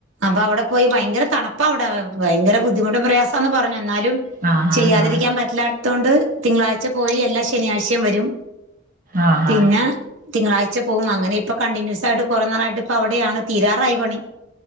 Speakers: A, on the right; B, on the right.
A: അപ്പ അവടെ പോയി ഭയങ്കര തണുപ്പാ അവ്ടെ ഭയങ്കര ബുദ്ധിമുട്ടും പ്രയാസാന്ന പറഞ്ഞെ എന്നാലും
B: ആഹ്
A: ചെയ്യാതിരിക്ക്യാം
B: ആഹ് ആഹ്
A: പറ്റില്ലാത്തോണ്ട് തിങ്കളാഴ്ച പോയി എല്ലാ ശനിയാഴ്ചേം വരും.
B: ആഹ്
A: പിന്നെ
B: ആഹ്
A: തിങ്കളാഴ്ച പോവും അങ്ങെനെയിപ്പൊ കണ്ടിന്യൂസായിട്ട് കോറെ നാളായിട്ട് ഇപ്പ അവടെയാണ് തീരാറായി പണി.